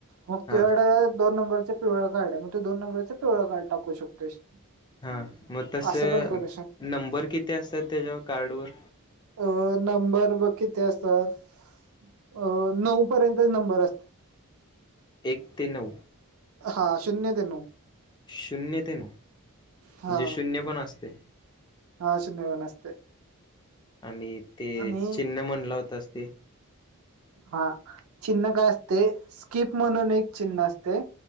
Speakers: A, on the right; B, on the left.
A: मग
B: हा
A: दोन नंबर च पिवळ कार्ड आहे मग ते दोन नंबरच पिवळ कार्ड टाकू शकतोस.
B: हा मग तस
A: असं पण करू शकतो
B: नंबर किती असतात त्याच्या कार्डवर
A: अ नंबर बघ किती असतात. अ नऊ पर्यंतच नंबर अस
B: एक ते नऊ
A: हा शिन्य ते नऊ.
B: शून्य ते ना
A: हा
B: जे शून्य पण असते.
A: हा शून्यव न असते.
B: आणि ते
A: आणि
B: चिन्ह म्हणला होतास ते?
A: हा चिन्ह काय असते स्कीप म्हणून एक चिन्ह असते